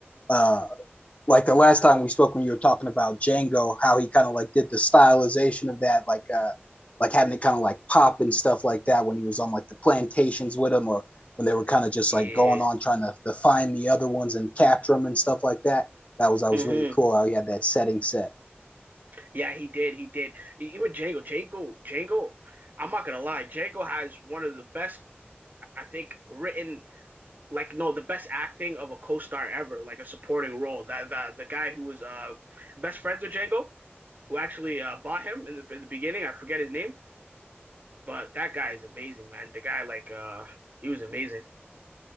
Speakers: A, on the left; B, on the right.
A: Uh, like the last time we spoke when you were talking about Django, how he kind of like did the stylization of that, like uh like having it kind of like pop and stuff like that when he was on like the plantations with him or when they were kind of just
B: Yeah.
A: like going on trying to, to find the other ones and capture them and stuff like that. That was that was
B: hmm
A: really cool how he had that setting set.
B: Yeah, he did. He did. E- Even Django. Django. Django. I'm not gonna lie. Django has one of the best, I think, written like no the best acting of a co-star ever like a supporting role that the, the guy who was uh best friends with Django who actually uh bought him in the in the beginning I forget his name but that guy is amazing man the guy like uh he was amazing